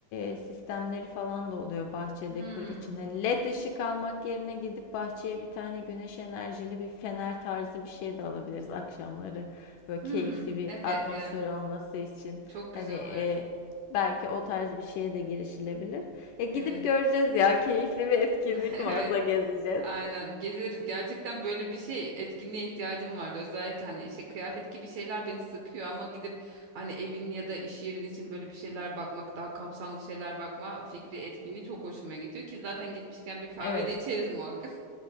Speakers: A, on the left (about 80°); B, on the right (about 75°).
A: e, sistemleri falan da oluyor bahçe
B: Hmm.
A: dekor için. Hani led ışık almak yerine gidip bahçeye bir tane güneş enerjili bir fener tarzı bir şey de alabiliriz akşamları. Böyle keyifli
B: Hmm.
A: bir
B: Evet
A: atmosfer
B: ya.
A: olması için.
B: Çok güzel
A: Hani e,
B: olur.
A: belki o tarz bir şeye de girişilebilir. Ya gidip
B: Evet.
A: göreceğiz ya keyifli bir etkinlik
B: <laughs> Evet.
A: varsa gezeceğiz.
B: Aynen. Gezeriz. Gerçekten böyle bir şey etkinliğe ihtiyacım vardı. Özellikle hani işte kıyafet gibi şeyler beni sıkıyor ama gidip hani evin ya da iş yerin için böyle bir şeyler bakmak, daha kapsamlı şeyler bakma fikri etkinliği çok hoşuma gidiyor ki zaten gitmişken bir kahve
A: Evet.
B: de içeriz muhakkak.